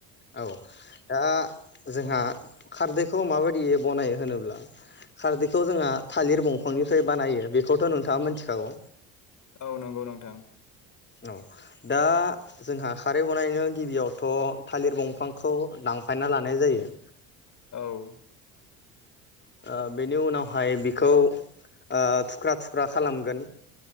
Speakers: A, on the left; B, on the left.
A: औ दा जोंहा खारदैखौ माबायदियै बनायो होनोब्ला खारदैखौ जोंहा थालिर बंफांनिफ्राय बानायो बेखौथ' नोंथाङा मिथिखागौ
B: औ नंगौ नोंथां
A: औ दा जोंहा खारै बनायनो गिबियावथ' थालिर बंफांखौ दानफायना लानाय जायो
B: औ
A: ओ बेनि उनावहाय बिखौ ओ थुख्रा थुख्रा खालामगोन